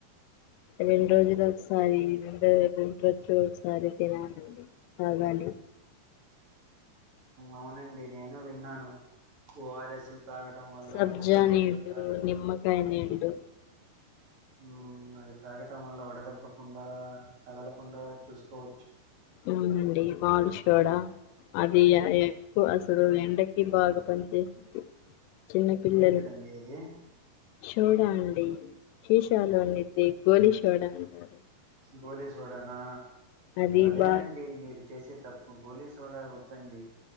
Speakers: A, on the left (about 85°); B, on the right (about 35°).
A: రెండు రోజుదు ఒకసారి రెండో ఒకసారి తినాలండి అవునండి
B: అవునండి నేను విన్నాను ఓ ఆర్ ఎస్ లు తాగటం వల్ల
A: సబ్జా
B: కొబ్బరి నీళ్లు
A: నీళ్ళు
B: తాగటం
A: నిమ్మకాయ నీళ్ళు
B: మ్మ్ అది తాగటం వల్ల వడదెబ్బకుండా తగలకుండా చూసుకోవచ్చు
A: అవునండి వాళ్ళు షోడ అది ఎక్కువ అసలు ఎండకి బాగా పనిచేసిద్ది చిన్న పిల్లలు
B: ఏంటిదండి అది
A: షోడా అండి షోషోల అన్జెప్పి గోలి షోడా అంటారు
B: గోలీ సోడానా
A: అది
B: అదే
A: బా
B: అండి మీరు చేసే గోలీ సోడా గొట్టండి